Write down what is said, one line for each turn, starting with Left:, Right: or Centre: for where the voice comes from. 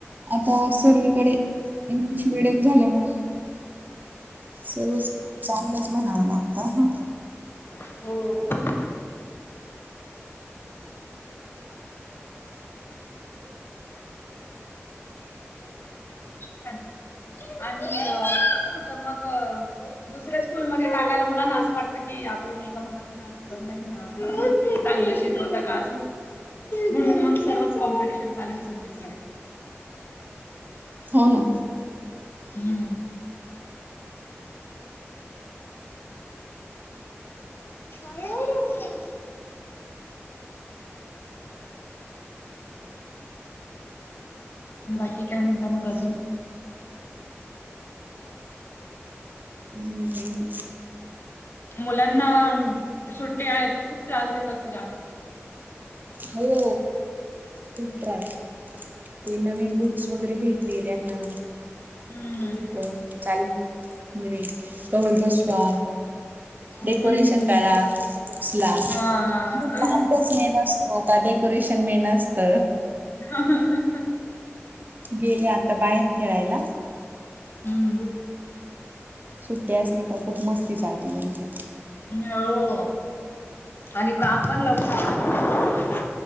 Right: आता सर्वीकडे इंग्लिश मडियम झाल्यामुळे सर्वच चांगलाच म्हणावा लागत
Left: हम् छस आणि कस होत मग दुसऱ्या स्कूलमध्ये टाकायला मुलांना असं वाटतं की आपलं मुलगं महाग चांगले शिकवतात का मग कॉम्पिटिशन चालवी सर्विस
Right: हो ना
Left: हम्म छो ह बाकी काय म्हणता मग अजून
Right: ह कानी
Left: मुलांना सुट्टी आहे तर खूप त्रास देत असतील आज
Right: हो खूप त्रास ते नवीन बुक्स वगैरे भेटले त्यांना
Left: हम्म
Right: तर चाले म्हणे कवर बसवा
Left: हम्म
Right: डेकोरेशन करा बुक्स लाू
Left: हा
Right: लाभस मेन हो का डेकोरेशन मे नसत
Left: ह
Right: गेले आता बाहेर खेळायला
Left: हम्म
Right: सुट्टी असली का खूप मस्ती चालती का म्हणजे
Left: हो आणि काम पण लावत